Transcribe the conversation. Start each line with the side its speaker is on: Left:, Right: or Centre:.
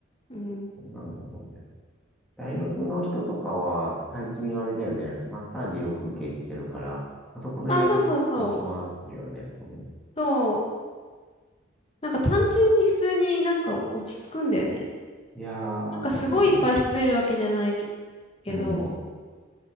Left: うん。
Centre: そうなんだろうね。大学の人とかは、最近あれだよね、マッサージよく受け入ってるから、あそこの家が一番合ってるよね、
Left: あ、そうそうそう。
Centre: 多分。
Left: そう。なんか単純に普通になんか落ち着くんだよね。
Centre: いやー、
Left: なんかすごいいっぱい喋るわけじゃないけ、
Centre: そうだよね。
Left: けど、
Centre: うん。